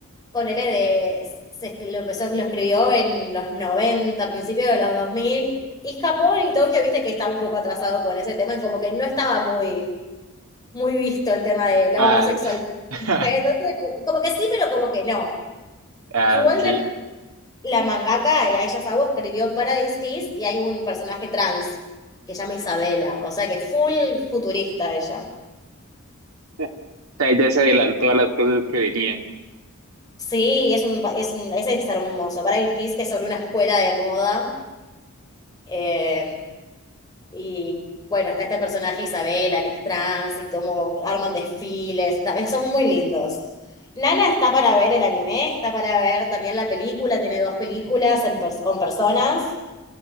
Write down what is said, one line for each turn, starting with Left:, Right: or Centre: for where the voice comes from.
Left: ponele de, se, escri- lo empezó, lo escribió en los 90 principios de los 2000 y Japón y Tokio, viste que está un poco atrasado con ese tema, y como que no estaba muy, muy visto el tema de la
Right: Ah,
Left: homosexualidad.
Right: <laughs>
Left: Entonces, como que sí, pero como que no.
Right: ah,
Left: Igual
Right: ok.
Left: de la mangaka eh, Aisha Sawa escribió Paradise Kiss y hay un personaje trans que se llama Isabela, o sea que full futurista ella.
Right: O sea, ella se adelantó a las cosas que venían.
Left: Sí, es un, pa- es un, ese es hermoso. Paradise Kiss, que es sobre una escuela de moda. eh, y bueno, está este personaje Isabela, que es trans, y como arman desfiles. está- eh, son muy lindos. Nana está para ver el anime, está para ver también la película. Tiene dos películas en pers- con personas.